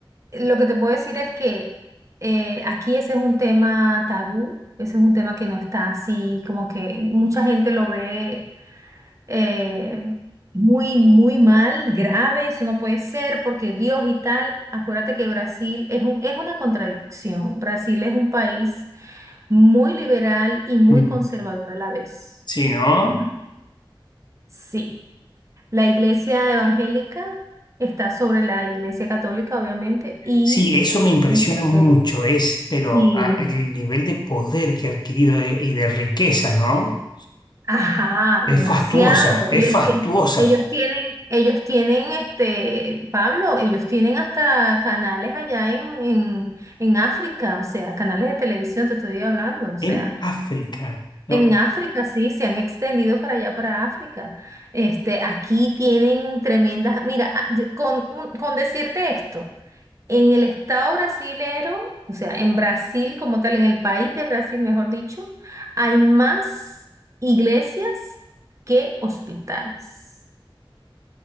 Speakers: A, on the right; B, on the left.
A: lo que te puedo decir es que eh, aquí ese es un tema tabú, ese es un tema que no está así, como que mucha gente lo ve eh, muy, muy mal, grave, eso no puede ser porque Dios y tal. Acuérdate que Brasil es un, es una contradicción. Brasil es un país muy liberal y muy
B: Mm.
A: conservador a la vez.
B: Sí, ¿no?
A: ¿Mm? Sí, la iglesia evangélica está sobre la iglesia católica, obviamente, y
B: Sí, eso me impresiona
A: Ujú.
B: mucho, es, pero
A: Y,
B: ah, el nivel de poder que ha adquirido eh, y de riqueza, ¿no?
A: ajá,
B: Es
A: demasiado.
B: fastuosa, es
A: Ellos,
B: fastuosa
A: tie- ellos tienen, ellos tienen, este, Pablo, ellos tienen hasta canales allá en, en, en África, o sea, canales de televisión, te estoy hablando, o sea,
B: en África, ¿no?
A: en África sí, se han extendido para allá, para África. Este, aquí tienen tremendas, mira, a- yo- con, un- con decirte esto. En el estado brasilero, o sea, en Brasil como tal, en el país de Brasil, mejor dicho, hay más iglesias que hospitales.